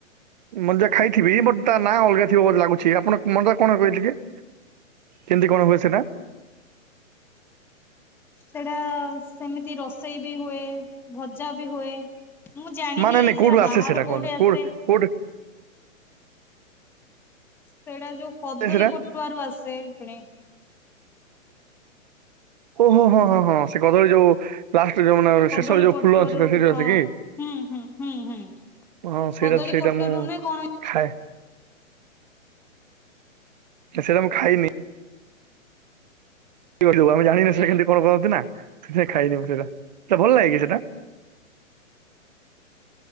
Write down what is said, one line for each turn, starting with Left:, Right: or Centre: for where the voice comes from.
Right: ମଞ୍ଜା ଖାଇଥିବି ବଟ୍ ତା ନାଁ ଅଲଗା ଥିବ ବୋଲି ଲାଗୁଛି ଆପଣ ମଞ୍ଜା କଣ କହିଲେ ଟିକେ କେମିତି କଣ ହୁଏ ସେଟା?
Centre: ସେଟା ସେମିତି ରଷେଇ ବି ହୁଏ ଭଜା ବି ହୁଏ। ମୁଁ ଜାଣିନି
Right: ମାନେ ନାଇଁ କୋଉଠୁ
Centre: ସେଟା
Right: ଆସେ
Centre: ବାହାରୁ କୋଉଠୁ
Right: କୁହନ୍ତୁ କୋଉ
Centre: ଆସେ।
Right: କୋଉଠୁ?
Centre: ସେଇଟା ଯୋଉ କଦଳୀ
Right: ଆସେ ସେଟା
Centre: ପଟୁଆ ରୁ ଆସେ ପୁଣି
Right: ଓହୋ ହଁ ହଁ ହଁ ସେ କଦଳୀ ଯୋଉ ଲ। ଷ୍ଟ ଯୋଉ ମାନ
Centre: କଦଳୀ
Right: ଶେଷରେ ଯୋଉ
Centre: ପଟୁଆରୁ
Right: ପୂଳ ଅଛି ଟ ସେଠୁ ଆସେ
Centre: ହଁ
Right: କିି?
Centre: ହୁଁ ହୁଁ ହୁଁ ହୁଁ
Right: ହଁ ସେଇଟା
Centre: କଦଳୀ
Right: ତ ସେଇଟା
Centre: ପଟୁଆରୁ
Right: ମୁଁ
Centre: ନା କଣ
Right: ଖାଏ ସେଇଟା ମୁଁ ଖାଇନି। <unintelligible> ଆମେ ଜାଣିନୁ ସେଟା କେମତି କଣ କରନ୍ତି ନା ସେଥିପାଇଁ ଖାଇନୁ ସେଟା ସେଟା ଭଲ ଲାଗେ କି ସେଇଟା?